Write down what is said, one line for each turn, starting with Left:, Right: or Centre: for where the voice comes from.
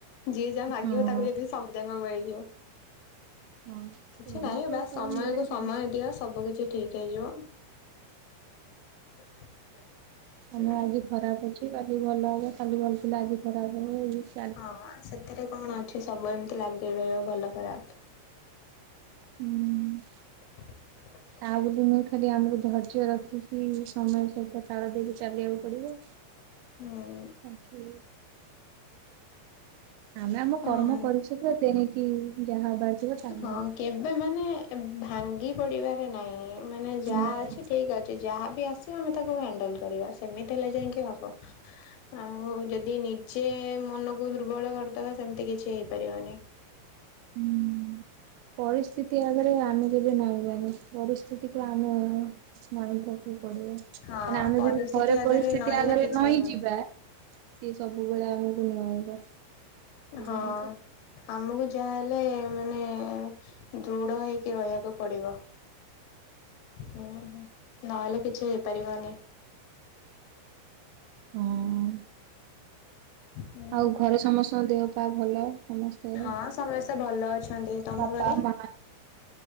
Left: ଯିଏ ଯାହା ମାଗିବ
Right: ହଁ।
Left: ତାକୁ ଯଦି ସବୁ ଯାକ ମିଳିଯିବ।
Right: ହଁ।
Left: କିଛି
Right: ସେମିତି
Left: ନାହିଁ ବାସ୍
Right: ଆଉ ସବୁ
Left: ସମୟକୁ
Right: ମିଳେ ନା।
Left: ସମୟ ଦିଅ ସବୁ କିଛି ଠିକ୍ ହେଇଯିବ। <inaudible>
Right: ସମୟ
Left: ହୁଁ
Right: ଆଜି ଖରାପ୍ ଅଛି କାଲି ଭଲ ହବ କାଲି ଭଲ ଥିଲେ ଆଜି ଖରାପ୍ ହବ ଇଏ
Left: ହଁ ସେଥିରେ କଣ ଅଛି ସବୁ ଏମିତି ଲାଗି ରହିବ ଭଲ ଖରାପ୍।
Right: ହୁଁ।
Left: <inaudible>
Right: ତା ବୋଲି ନୁହଁ ଖାଲି ଆମକୁ ଧୈର୍ଯ୍ୟ ରଖିକି ସମୟ ସହିତ ତାଳ ଦେଇକି ଚାଲିବାକୁ ପଡ଼ିବ।
Left: ହୁଁ।
Right: ବାକି ଆମେ ଆମ
Left: ହଁ।
Right: କର୍ମ କରିଜିବା ତେଣିକି ଯାହା ହବାର ଥିବ ତାହା
Left: ହଁ
Right: ହବ।
Left: କେବେ ମାନେ ଭାଙ୍ଗି ପଢ଼ିବାରେ ନାହିଁ ମାନେ ଯାହା
Right: ନାଇଁ
Left: ଅଛି ଠିକ୍ ଅଛି। ସେ ଯାହାବି ଆସିବ ଆମେ ତାକୁ ହ୍ୟାଣ୍ଡେଲ୍ କରିବା। ସେମିତି ହେଲେ ଯାଇକି ହବ ଆଉ ଯେଦି ନି ଯେ ମନକୁ ଦୁର୍ବଳ କରିଦବା ସେମିତି କିଛି ହେଇପାରିବନି।
Right: ହୁଁ ପରିସ୍ଥିତି ଆଗରେ ଆମେ କେବେ ନଇଁବାନି ପରିସ୍ଥିତିକୁ ଆମେ ନଇଁବାକୁ ପଡ଼ିବ। କାହିଁକିନା
Left: ହଁ
Right: ଆମେ
Left: ପରିସ୍ଥିତି
Right: ଯଦି ଥରେ
Left: ଆଗରେ
Right: ପରିସ୍ଥିତି
Left: ନହେଲେ
Right: ଆଗରେ
Left: କିଛି
Right: ନଇଁ
Left: ହବନି।
Right: ଯିବା ସିଏ ସବୁବେଳେ ଆମକୁ ନୁଆଁଇବ। ସେଇଆ
Left: ହଁ
Right: ହଉଛି
Left: ଆମକୁ ଯ ଯାହଲେ ମାନେ ଦୃଢ ହେଇକି ରହିବାକୁ ପଡ଼ିବ। ହୁଁ ନହେଲେ କିଛି ହେଇପାରିବନି।
Right: ହଁ‌।
Left: ହୁଁ
Right: ଆଉ
Left: ହୁଁ
Right: ଘରେ ସମସ୍ତଙ୍କ ଦେହ ପା ଭଲ। ସମସ୍ତେ
Left: ହଁ ସମସ୍ତେ ଭଲ ଅଛନ୍ତି ତମ
Right: ବାପା
Left: ଘରେ?
Right: ମା।